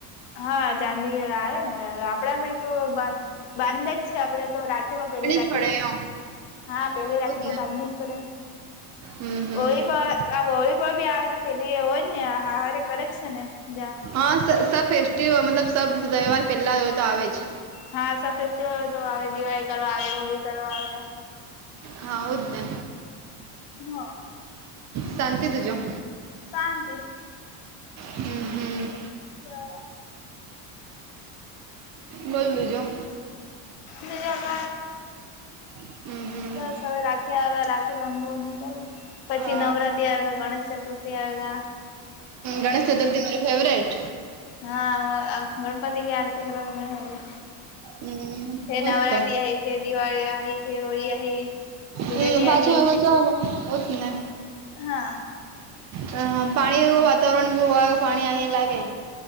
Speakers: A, on the left; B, on the right.
A: હા ચાંદીગઢ આવે. હેલા આપડા મેં તો બા બાંધા જ છે આપડે તો રાખી પર પેલી રાખી
B: જ પડે
A: પર.
B: એમ
A: હા પેલી
B: એવું
A: રાખી પર
B: ને
A: બાંધ ન જ પડે
B: હમ હમ
A: ઓય પણ. આ હોળી પણ બી આવે તો પેલી એ હોય જ ને હારે કરે જ છે ને જં.
B: હા સબ ફેસ્ટિવલ મતલબ સ તહેવાર પેલા હોય તો આવે છે.
A: હા સ ફેસ્ટિવલ તો આવે દિવાળી કરવા આવે હોળી કરવા આવે.
B: હાવ જને
A: હ
B: શાંતિ થી જમ.
A: શાંતિ.
B: હમ હમ.
A: બરાબર.
B: બોલ લેજો.
A: બજ ક
B: હમ હમ
A: બસ હવે રાખી હવે રાખ. તેવા કરવું પછી
B: અ,
A: નવરાત્રી આવે ગણેશ ચતુર્થી આવે.
B: ગણેશ ચતુર્થી મારી ફેવરેટ.
A: હા ગણપતિ કે આરતી કરવા ની આજે.
B: હમ
A: ફે નવરાત્રી
B: જ તો
A: આ ફેર દિવાળી આ ફેર હોળી આઈ. ધુલેટી
B: હમ પાછા
A: આઈ
B: હલુ જા ને.
A: હા.
B: હ પાણી વાતાવરણ ભી હો પાણી અહીં લાગે.